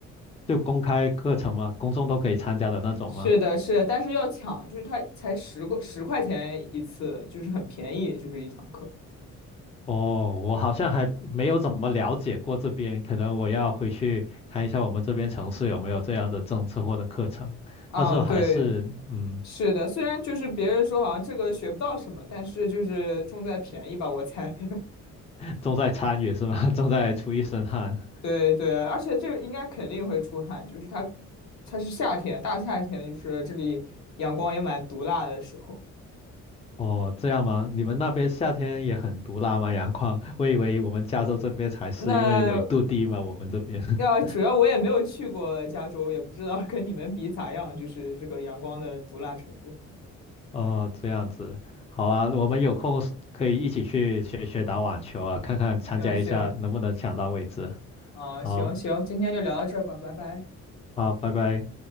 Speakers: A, on the left; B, on the left.
A: 就公开课程吗？公众都可以参加的那种吗？
B: 是的，是的，但是要抢，就是他才十个十块钱一次，就是很便宜，就是一堂课。
A: 哦，我好像还没有怎么了解过这边，可能我要回去看一下我们这边城市有没有这样的政策或者课程。
B: 嗯，
A: 但是还是嗯，
B: 对，是的，虽然就是别人说好像这个学不到什么，但是就是重在便宜吧，我猜。<laughs>
A: <laughs> 重在参与是吗？<laughs> 重在出一身汗。
B: 对对，而且这个应该肯定会出汗，就是它，它是夏天，大夏天，就是这里阳光也蛮毒辣的时候。
A: 哦，这样吗？你们那边夏天也很毒辣吗？阳光？<laughs> 我以为我们加州这边才是，
B: 那
A: 因为纬度低嘛，我们这边。<laughs>
B: 要主要我也没有去过加州，也不知道跟你们比咋样，就是这个阳光的毒辣程度。
A: 哦，这样子，好啊，我们有空是可以一起去学学打网球啊，看看参加一下能不能抢到位置。
B: 行行，啊、
A: 好，
B: 行行，今天就聊到这儿吧，拜拜。
A: 好，拜拜。